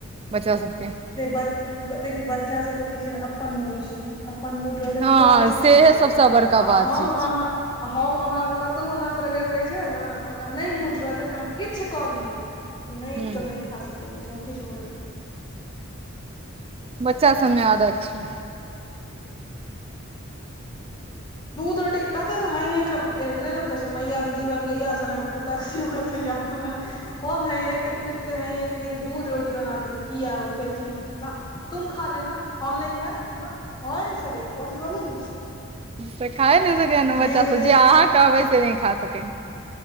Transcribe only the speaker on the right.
बच्चा सभके।
हँ
सेहे
सबसँ बड़का
बात
छै
ह
बच्चा सभ में आदत छै।
तऽ खाए नहि सकै बच्चा
सभ
जे अहाँ कहबै से नहि खा सकै।